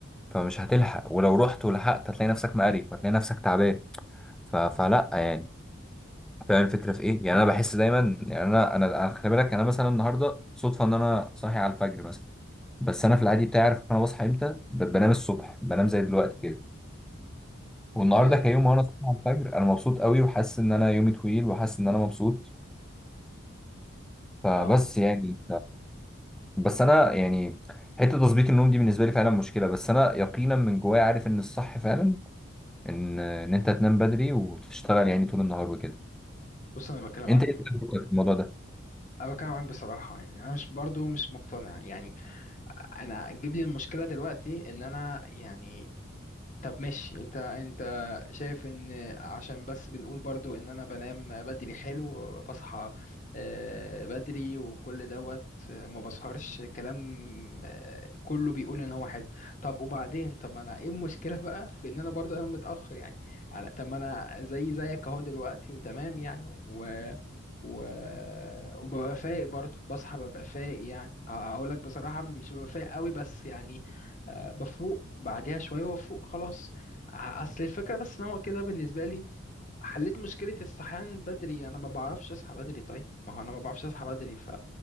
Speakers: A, in the centre; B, on the left (about 40°).
A: فمش هتلحق ولو رحت ولحقت هتلاقي نفسك مقريف وهتلاقي نفسك تعبان ف... فلا يعني فاهم الفكرة في ايه؟ يعني انا بحس دايما يعني انا انا أنا خلي بالك انا مثلا النهاردة صدفة ان انا صاحي على الفجر مثلا بس انا في العادي بتاعي عارف انا بصحى امتى ب- بنام الصبح بنام زي دلوقتي كده والنهارده
B: آه،
A: كيوم وانا صاحي على الفجر انا مبسوط قوي وحاسس ان انا يومي طويل وحاسس ان انا مبسوط فبس
B: ما هو
A: يعني بس انا يعني حته تظبيط النوم دي بالنسبه لي فعلا مشكله بس انا يقينا من جوايا عارف ان الصح فعلا ان ان انت تنام بدري وتشتغل يعني طول النهار وكده
B: بص انا بتكلم
A: انت
B: معاك
A: ايه تجربتك في الموضوع ده
B: أنا بتكلم معاك بصراحة يعني أنا مش برضو مش مقتنع يعني أنا أجيب لي المشكلة دلوقتي إن أنا يعني طب ماشي انت انت شايف ان عشان بس بنقول برضو ان انا بنام بدري حلو وبصحى آه، بدري وكل دوت آه، ما بسهرش كلام آه، كله بيقول ان هو حلو طب وبعدين طب ما انا ايه المشكلة بقى في ان انا برضو انام متأخر يعني على- طب ما انا زي زيك اهو دلوقتي وتمام يعني و و... وببقى فايق برضه بصحى ببقى فايق يعني هقول لك بصراحة مش ببقى فايق قوي بس يعني آه، بفوق بعديها شوية وافوق خلاص ع- اصل الفكرة بس ان هو كده بالنسبة لي حليت مشكلة الصحيان بدري انا ما بعرفش اصحى بدري طيب ما هو انا ما بعرفش اصحى بدري ف